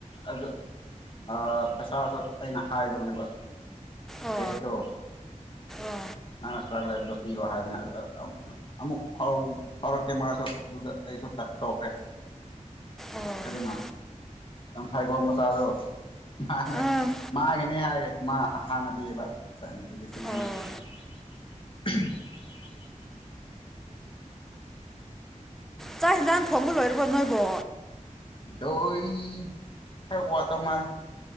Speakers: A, on the left; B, in the centre.
A: ꯑꯗ ꯑꯥ ꯄꯩꯁꯥꯁꯨ ꯑꯩꯅ ꯍꯥꯏꯗꯕꯅꯦꯕ
B: ꯑꯣ
A: ꯔꯦꯠꯇꯣ
B: ꯑꯥ
A: ꯅꯪꯅ ꯈꯔꯛ ꯂꯥꯏꯕꯗꯣ ꯄꯤꯔꯣ ꯍꯥꯏꯕꯅꯤ ꯑꯃꯨꯛ ꯐꯥꯎꯔꯛꯇꯦ ꯃꯥꯁꯨ ꯑꯗꯨꯗ ꯑꯩꯁꯨ ꯇꯣꯛꯈ꯭ꯔꯦ
B: ꯑꯥ
A: ꯑꯗꯨꯅ ꯌꯥꯝꯊꯥꯏꯕꯣꯡ ꯃꯆꯥꯗꯣ ꯃꯥꯅ
B: ꯑꯪ
A: ꯃꯥꯒꯅꯤ ꯍꯥꯏ ꯃꯥ ꯍꯥꯟꯅ ꯄꯤꯌꯦꯕ ꯂꯤꯁꯤꯡ ꯑꯅꯤ
B: ꯑꯥ
A: <unintelligible>
B: ꯆꯥꯛ ꯍꯦꯟꯖꯥꯡ ꯊꯣꯡꯕ ꯂꯣꯏꯔꯕꯣ ꯅꯣꯏꯕꯣ
A: ꯗꯣꯏ ꯈꯔ ꯀ꯫ ꯋꯥꯇꯧ ꯃꯥꯜꯂꯤ